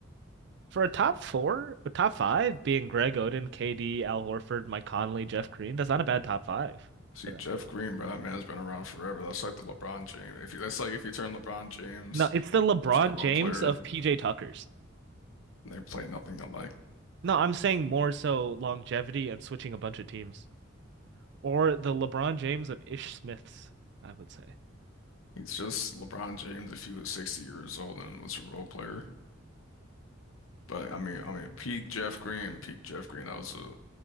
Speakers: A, on the right; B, on the left.
A: For a top four, a top five being Greg Oden, KD, Al Horford, Mike Conley, Jeff Green, that's not a bad top five
B: See,
A: for
B: Jeff
A: that.
B: Green, bro, that man's been around forever. That's like the LeBron James. If you, that's like if you turn LeBron James
A: No, it's the LeBron
B: to a role
A: James
B: player,
A: of PJ Tuckers.
B: they play nothing alike.
A: No, I'm saying more so longevity and switching a bunch of teams. Or the LeBron James of Ish Smiths, I would say.
B: He's just LeBron James if he was 60 years old and was a role player. But I mean, I mean, peak Jeff Green, peak Jeff Green, that was a that